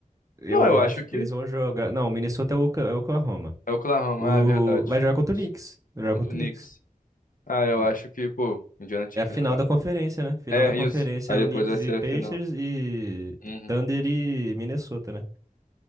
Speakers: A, on the right (about 25°); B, on the left (about 70°).
A: Eu
B: Não, eu acho
A: acho
B: que
A: que eles vão jogar. Não, o Minnesota é o Oka- é o Oklahoma.
B: é o Oklahoma,
A: O...
B: ah, é verdade.
A: Vai jogar contra o Knicks. Vai jogar
B: Contra
A: contra
B: o Knicks.
A: o Knicks.
B: Ah, eu
A: É.
B: acho que, pô, o Indiana tinha
A: É a
B: que
A: final
B: levar.
A: da conferência, né? Final
B: É,
A: da conferência
B: isso. Aí
A: é
B: depois
A: o Knicks
B: vai ser
A: e Pacers
B: a final.
A: e
B: Uhum.
A: Thunder e Minnesota, né?